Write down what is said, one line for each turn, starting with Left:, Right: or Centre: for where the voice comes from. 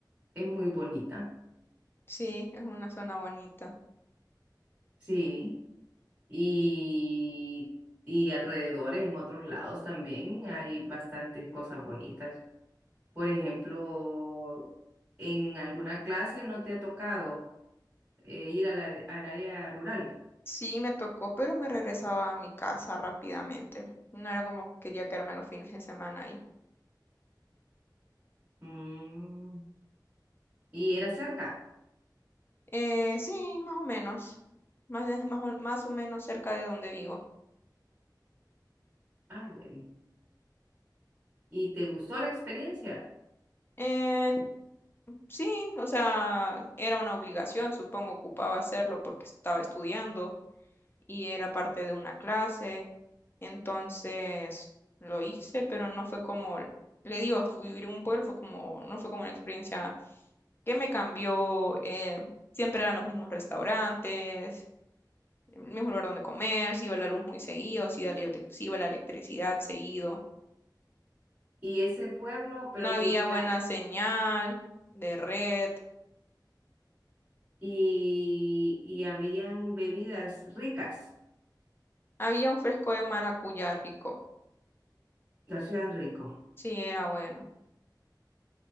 Right: Es muy bonita,
Left: Sí, es una zona bonita.
Right: sí. Y, y alrededores, en otros lados también hay bastantes cosas bonitas. Por ejemplo, en alguna clase no te ha tocado eh, ir a la- al área rural.
Left: Sí, me tocó, pero me regresaba a mi casa rápidamente. No era como que quería quedarme los fines de semana ahí.
Right: Mm, y era cerca.
Left: Eh, sí, más o menos. Más, de- más, o más o menos cerca de donde vivo.
Right: Ah, bueno. Y te gustó la experiencia.
Left: Eh, sí, o sea, era una obligación, supongo, ocupaba hacerlo porque estaba estudiando. y era parte de una clase. Entonces lo hice, pero no fue como, le digo, fui vivir en un pueblo fue como, no fue como una experiencia que me cambió. eh, siempre eran los mismos restaurantes, el mismo lugar donde comer, si iba la luz muy seguido, si iba la, elec- se iba la electricidad seguido.
Right: Y ese pueblo, pero
Left: No había
Right: tenía,
Left: buena señal de red.
Right: y, y habían bebidas ricas,
Left: Había un fresco de maracuyá rico.
Right: lo hacían rico.
Left: Sí, era bueno.